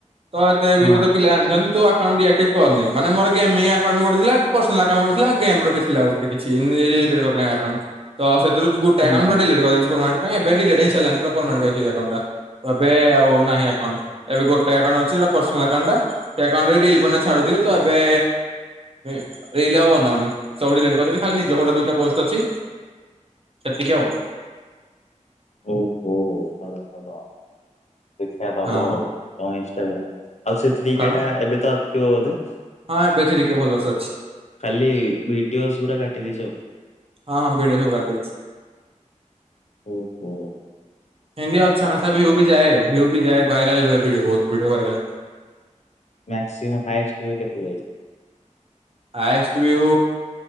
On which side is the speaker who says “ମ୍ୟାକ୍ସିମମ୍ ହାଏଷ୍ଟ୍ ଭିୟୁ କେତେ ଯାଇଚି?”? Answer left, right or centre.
Left